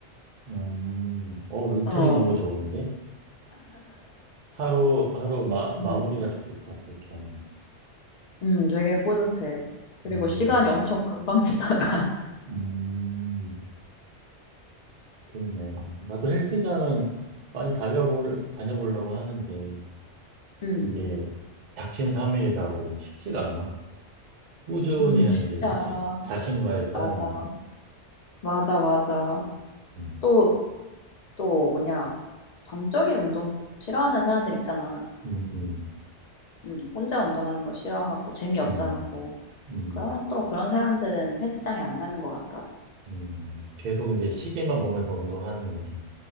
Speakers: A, on the right; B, on the left.
A: 음. 어, 루틴이
B: 어.
A: 너무 좋은데? 하루, 하루 마, 마무리가
B: 음.
A: 좋겠다, 그렇게 하니.
B: 음, 되게 뿌듯해. 그리고
A: 음,
B: 시간이 엄청 금방 지나가.
A: 음, 좋네. 나도 헬스장은 많이 달려볼, 다녀보려고 하는데,
B: <laughs> 음.
A: 이게 작심삼일이라고 쉽지가 않아. 꾸준히
B: 음,
A: 하는
B: 쉽지
A: 게, 그치?
B: 않아.
A: 자신과의 싸움인
B: 맞아.
A: 거.
B: 맞아, 맞아.
A: 음,
B: 또, 또 뭐냐. 정적인 운동 싫어하는 사람들 있잖아.
A: 음, 음,
B: 음, 혼자 운동하는 거 싫어하고 재미없어
A: 음,
B: 하고.
A: 음,
B: 그러면 또 그런 사람들은 헬스장에 안 맞는 것 같더라.
A: 음. 계속 이제 시계만 보면서 운동하는 거지.